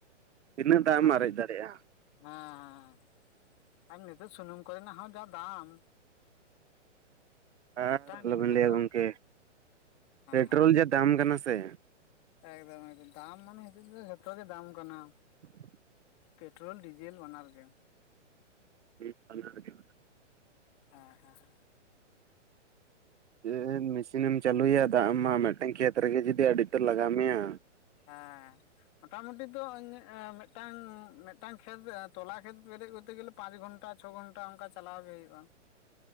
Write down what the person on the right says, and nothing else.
ᱛᱤᱱᱟᱹᱜ ᱫᱟᱜ ᱮᱢ
ᱟᱨᱮᱡ ᱫᱟᱲᱮᱭᱟᱜᱼᱟ
ᱟᱨ
ᱟᱞᱚᱵᱤᱱ
ᱞᱟᱹᱭᱟ
ᱜᱚᱝᱠᱮ ᱯᱮᱴᱨᱳᱞ
ᱡᱟ ᱫᱟᱢ ᱠᱟᱱᱟ ᱥᱮ
<inaudible>
ᱦᱮᱸ ᱵᱟᱱᱟᱨ ᱜᱮ
<unintelligible> ᱢᱮᱥᱤᱱᱮᱢ ᱪᱟᱹᱞᱩᱭᱟ ᱫᱟᱜ ᱮᱢ ᱮᱢᱟᱜ-ᱟ ᱢᱤᱫᱴᱮᱱ ᱠᱷᱮᱛ ᱨᱮᱜᱮ ᱡᱩᱫᱤ ᱟᱹᱰᱤ ᱩᱛᱟᱹᱨ ᱞᱟᱜᱟᱣ ᱢᱮᱭᱟ